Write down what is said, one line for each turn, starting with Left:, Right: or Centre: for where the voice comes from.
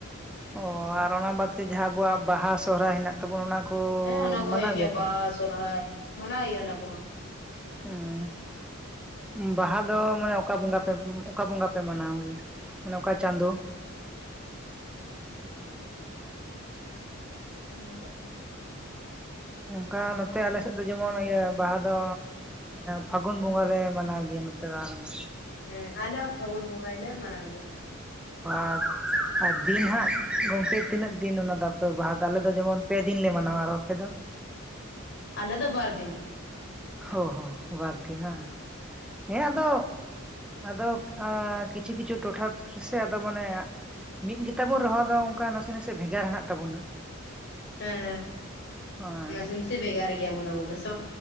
Centre: ᱚ ᱟᱨ ᱚᱱᱟ ᱵᱟᱫ ᱠᱟᱛᱮ ᱡᱟᱦᱟᱸ ᱟᱵᱚᱣᱟᱜ ᱵᱟᱦᱟ ᱥᱚᱨᱦᱟᱭ ᱦᱮᱱᱟᱜ ᱛᱟᱵᱚᱱᱟ ᱚᱱᱟ ᱠᱚ
Left: ᱦᱮᱸ ᱚᱱᱟ
Centre: ᱢᱟᱱᱟᱣ
Left: ᱠᱚ ᱦᱚᱸ ᱦᱩᱭᱩᱜ ᱜᱮᱭᱟ
Centre: ᱜᱮᱭᱟᱯᱮ?
Left: ᱵᱟᱦᱟ ᱥᱚᱨᱦᱟᱹᱭ ᱢᱟᱱᱟᱣ ᱮᱭᱟ ᱚᱱᱟ ᱠᱚᱦᱚᱸ
Centre: ᱦᱮᱸ ᱵᱟᱦᱟ ᱫᱚ ᱢᱟᱱᱮ ᱚᱠᱟ ᱵᱚᱸᱜᱟ ᱯᱮ ᱚᱠᱟ ᱵᱚᱸᱜᱟ ᱯᱮ ᱢᱟᱱᱟᱣ ᱭᱟ ᱢᱟᱱᱮ ᱚᱠᱟ ᱪᱟᱸᱫᱚᱳ
Left: <inaudible> <unintelligible>
Centre: ᱚᱱᱠᱟ ᱱᱚᱛᱮ ᱟᱞᱮᱮᱥᱮᱫ ᱫᱚ ᱡᱮᱢᱚᱱ ᱤᱭᱟᱹ ᱵᱟᱦᱟ ᱫᱚ ᱯᱷᱟᱹᱜᱩᱱ ᱵᱚᱸᱜᱟ ᱞᱮᱮ ᱢᱟᱱᱟᱣ ᱜᱮᱭᱟ ᱱᱚᱛᱮ ᱫᱚ ᱟᱞᱮ ᱫᱚ
Left: ᱦᱮᱸ ᱟᱞᱮ ᱦᱚᱸ ᱯᱷᱟᱹᱜᱩᱱ ᱵᱚᱸᱜᱟ ᱜᱮᱞᱮ ᱢᱟᱱᱟᱣ ᱜᱮᱭᱟ
Centre: ᱟᱨ ᱟᱨ ᱫᱤᱱ ᱦᱟᱸᱜ ᱜᱚᱝᱠᱮ ᱛᱤᱱᱟᱹᱜ ᱫᱤᱱ ᱚᱱᱟ ᱫᱚ ᱵᱟᱦᱟ ᱫᱚ ᱟᱞᱮ ᱫᱚ ᱡᱮᱢᱚᱱ ᱯᱮ ᱫᱤᱱ ᱞᱮ ᱢᱟᱱᱟᱣᱟ ᱟᱨ ᱟᱯᱮ ᱫᱚ <inaudible>
Left: ᱟᱞᱮ ᱫᱚ ᱵᱟᱨ ᱫᱤᱱ
Centre: ᱚ ᱦᱚᱸ ᱵᱟᱨ ᱫᱤᱱ ᱵᱟ ᱦᱮᱸ ᱟᱫᱚ ᱟᱫᱚ ᱠᱤᱪᱷᱩ ᱠᱤᱪᱷᱩ ᱴᱚᱴᱷᱟ ᱥᱮ ᱟᱫᱚ ᱢᱟᱱᱮ ᱢᱤᱫ ᱜᱮᱛᱟᱵᱚᱱ ᱨᱮᱦᱚ ᱟᱫᱚ ᱚᱱᱠᱟ ᱱᱟᱥᱮ ᱱᱟᱥᱮ ᱵᱷᱮᱜᱟᱨ ᱦᱮᱱᱟᱜ ᱛᱟᱵᱚᱱᱟ
Left: ᱦᱮᱸ
Centre: ᱦᱮᱸ
Left: ᱱᱟᱥᱮ ᱱᱟᱥᱮ ᱵᱷᱮᱜᱟᱨ ᱜᱮᱭᱟᱵᱚ ᱟᱵᱚᱫᱚ